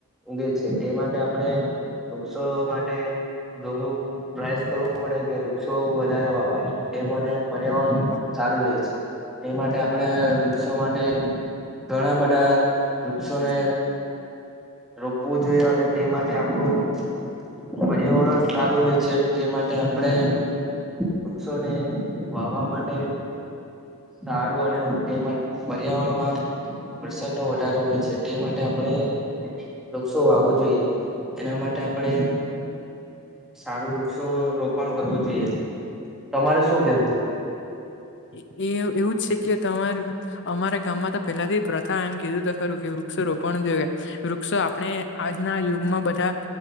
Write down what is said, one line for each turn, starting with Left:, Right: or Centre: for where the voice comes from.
Centre: ઊગે છે, તે માટે આપણેે વૃક્ષો માટે થોડું પ્રયાસ કરવું પડે, કે વૃક્ષો વધારે વાવાય તે મને પર્યાવરણ
Left: કોણ
Centre: સારું રહે છે. તે માટે આપણે વૃક્ષો માટે ઘણા બધા વૃક્ષોને
Left: હું થયો
Centre: રોપવું જોઈએ અને તે માટે આપણું પ પર્યાવરણ સારું હોય છે તે માટે આપણે વૃક્ષોને વાવા માટે સારુ અને તે માટ પર્યાવરણમાં વરસાદ નો વધારો હોય છે તે માટે આ પણે વૃક્ષો વાવવું જોઈએ, એના માટે આપણે સારું વૃક્ષો રોપણ કરવું જોઈએ, તમારે શું કેવું?
Left: એ એવું જ છે કે તમાર અમારા ગામમાં તો પહેલાથી પ્રથા એમ કીધું ત ખરું કે વૃક્ષો રોપણ જોઈએ, વૃક્ષો આપણે આજના યુગમાં બધા